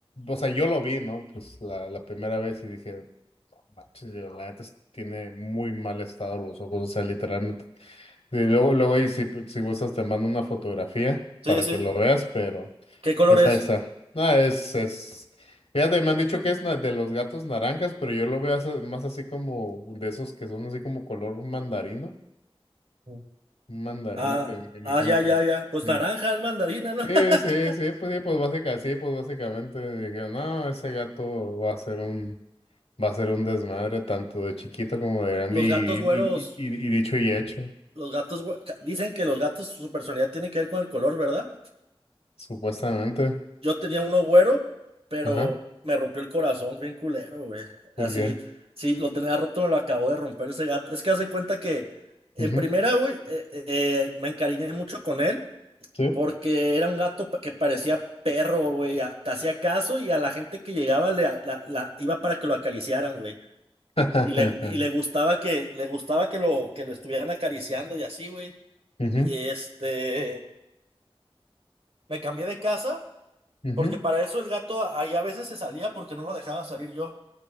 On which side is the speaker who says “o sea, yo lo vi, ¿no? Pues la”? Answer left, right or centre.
Left